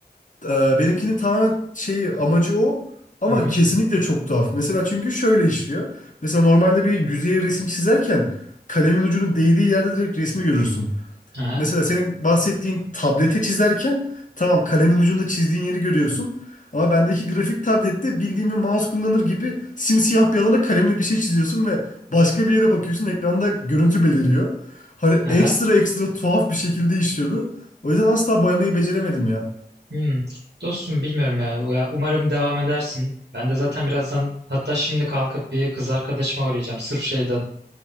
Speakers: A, on the left; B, on the right.
A: Ee, benimkinin tamamen şeyi amacı o ama
B: Hı hı.
A: kesinlikle çok tuhaf. Mesela çünkü şöyle işliyor. Mesela normalde bir yüzeye resim çizerken kalemin ucunun değdiği yerde direkt resmi görürsün.
B: Aha.
A: Mesela senin bahsettiğin tablete çizerken tamam kalemin ucunda çizdiğin yeri görüyorsun. Ama bendeki grafik tablette bildiğim bir mouse kullanır gibi simsiyah bir alana kalemle bir şey çiziyorsun ve başka bir yere bakıyorsun ekranda görüntü beliriyor. Hani
B: Aha.
A: ekstra ekstra tuhaf bir şekilde işliyordu. O yüzden asla boyamayı beceremedim ya.
B: Hmm. Dostum bilmiyorum ya. Ya Umarım devam edersin. Ben de zaten birazdan hatta şimdi kalkıp bir kız arkadaşıma uğrayacağım. Sırf şeyden.